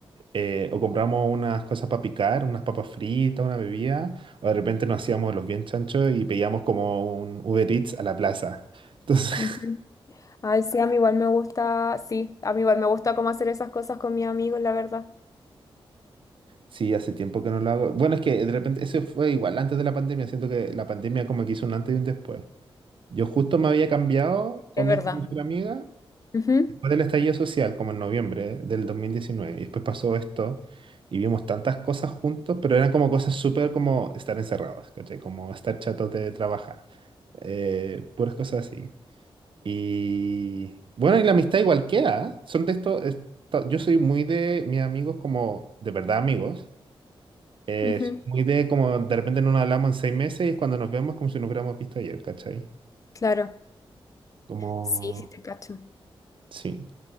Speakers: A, on the right; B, on the left.
A: eh, o compramos unas cosas para picar, unas papas fritas, una bebida, o de repente nos hacíamos los bien chanchos y pedíamos como un Uber Eats a la plaza. Entonces,
B: ujú.
A: <laughs>
B: Ay, sí, a mí igual me gusta, sí, a mí igual me gusta como hacer esas cosas con mis amigos, la verdad.
A: sí, hace tiempo que no lo hago. Bueno, es que de repente, eso fue igual antes de la pandemia, siento que la pandemia como que hizo un antes y un después. Yo justo me había cambiado con
B: Es verdad.
A: mi esta <laughs> mejor amiga
B: Ujú,
A: después del estallido social, como en noviembre del dos mil diecinueve Y después pasó esto y vimos tantas cosas juntos, pero eran como cosas súper como estar encerrados, ¿cachai? Como estar chatos de trabajar. eh, puras cosas así. Y bueno, y la amistad igual queda. ¿eh? Son de estos. esta- Yo soy muy de mis amigos como de verdad amigos. eh,
B: ujú,
A: soy muy de como de repente no nos hablamos en seis meses y es cuando nos vemos como si nos hubiéramos visto ayer, ¿cachai?
B: claro.
A: Como...
B: Sí, sí te cacho.
A: Sí.